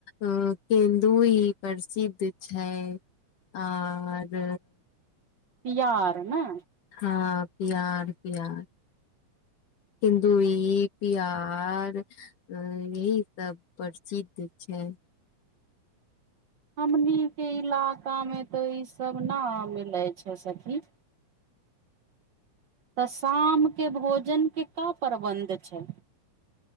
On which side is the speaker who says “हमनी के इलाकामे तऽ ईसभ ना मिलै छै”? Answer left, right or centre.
Right